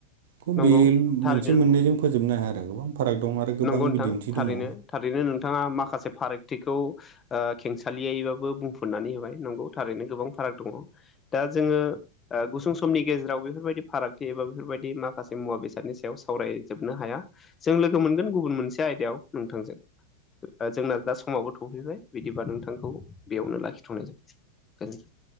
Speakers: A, on the right (about 55°); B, on the left (about 20°).
A: खौ
B: नंगौ
A: बे
B: थारैनो
A: मोनसे मोननैजों फोजोबनो हाया आरो गोबां फाराग दं आरो गोबां
B: नंगौ नोंथां
A: बिदिन्थि
B: थारैनो
A: दङ
B: थारैनो नोंथाङा माखासे फार थिखौ खेंसालियैबाबो बुंफुननानै होबाय नंगौ थारैनो गोबां फाराग दङ दा जोङो गुसुं समनि गेजेराव बेफोरबायदि फारागथि एबा बेफोरबायदि माखासे मुवा बेसादनि सायाव सावरायजोबनो हाया जों लोगो मोनगोन गुबुन मोनसे आयदायाव नोंथांजों जोंना दा समावबो सफैबाय बिदिबा नोंथांखौ बेयावनो लाखिथ'नाय जानोसै <unintelligible>